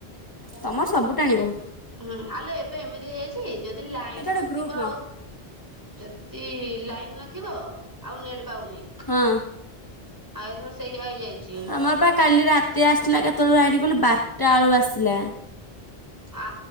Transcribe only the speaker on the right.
ହୁଁ ଆଲୋ ଏବେ ଏମିତି ହେଇଯାଇଛି ଯଦି ଲାଇନ
ନଥିବ
ଆଉ ଯଦି ଲାଇନ ନଥିବ ଆଉ ନେଟ୍ ପାଉନି।
ଆଉ ଏଥର ସେଇଆ ହେଇଯାଇଛି
ଆ